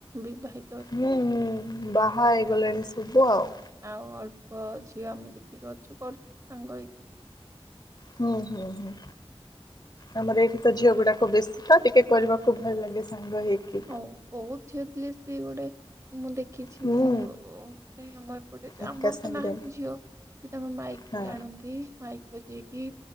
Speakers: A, on the right; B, on the left.
A: ବିବାହି
B: ହୁଁ ହୁଁ ବାହା ହେଇଗଲାଣି ସବୁ ଆଉ।
A: ଆଉ ଅଳ୍ପ ଝିଅ ଆମେ ଯେତିକି ଅଛୁ କରୁଚୁ ସାଙ୍ଗ ହେଇକି।
B: ହୁଁ ହୁଁ ହୁଁ। ଆମର ଏଇଠି ତ ଝିଅ ଗୁଡାକ ବେଶୀ ତ ଟିକେ କରିବାକୁ ଭଲ ଲାଗେ ସାଙ୍ଗ ହେଇକି।
A: ଓ ବହୁତ ଝିଅ ଥିଲେ ସେ ଗୋଟେ ମୁଁ ଦେଖିଛି
B: ହୁଁ
A: ମୁଁ। ନାଇ ଆମ ଏପଟେ
B: ଏକା
A: ଆମର
B: ସାଙ୍ଗରେ
A: ତ ନାହାନ୍ତି ଝିଅ ସେ ତାଙ୍କର ମାଇକି
B: ହଁ
A: ଆଣନ୍ତି ମାଇକ୍ ବଜେଇକି